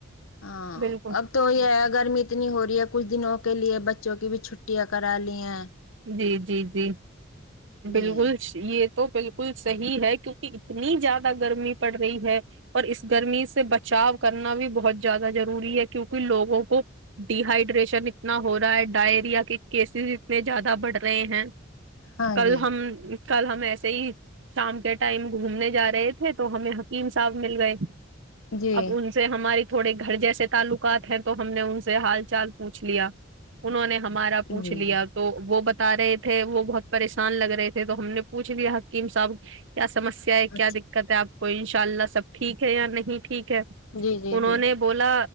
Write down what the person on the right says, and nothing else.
بالکل
<unintelligible> <unintelligible>
تو بالکل صحیح ہے کیونکہ اتنی زیادہ گرمی پڑ رہی ہے اور اس گرمی سے بچاؤ کرنا بھی بہت زیادہ ضروری ہے کیونکہ لوگوں کو ڈیہائڈریشن اتنا ہو رہا ہے ڈائریا کے کیسز اتنے زیادہ بڑھ رہے ہیں
کل
ہم کل ہم ایسے ہی شام کے ٹائم گھومنے جا رہے تھے تو ہمیں حکیم صاحب مل گئے
اب ان سے ہماری تھوڑے گھر جیسے تعلقات ہیں تو ہم نے ان سے ہال چال پوچھ لیا انہوں نے ہمارا پوچھ
لیا تو وہ ب تا رہے تھے وہ بہت پریشان لگ رہے تھے تو ہم نے پوچھ لیا حکیم صاحب کیا سسیا ہے کیا
دقت ہے آپ کو ان شاء اللہ سب ٹھیک ہے یا نہیں ٹھیک ہے
انہوں
نے بولا